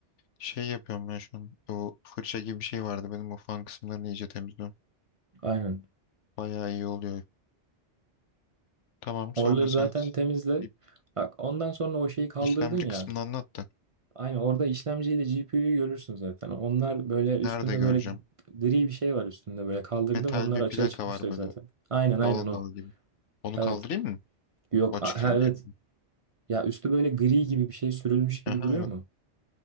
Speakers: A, on the left; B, on the right.
A: Şey yapıyorum ben şu an. O fırça gibi bir şey vardı. Benim o fan kısımlarını iyice temizliyorum.
B: Aynen.
A: Bayağı iyi oluyor. Tamam
B: Oraları
A: sonra sen
B: zaten temizle.
A: bir
B: Bak ondan sonra o şeyi kaldırdın
A: işlemci
B: ya.
A: kısmını anlat da.
B: Aynen orada işlemciyle GPU'yu görürsün zaten. Onlar böyle üstünde
A: Nerede göreceğim?
B: böyle gri bir şey var üstünde böyle kaldırdım
A: Metal
B: onlar
A: bir
B: açığa
A: plaka
B: çıkmıştır
A: var böyle
B: zaten. Aynen aynen
A: dal
B: o.
A: dal gibi. Onu
B: Evet.
A: kaldırayım mı?
B: Yok
A: O çıkıyor
B: a- ha,
A: mu
B: evet.
A: yerinden?
B: Ya üstü böyle gri gibi bir şey sürülmüş gibi
A: Aha
B: duruyor
A: evet.
B: mu?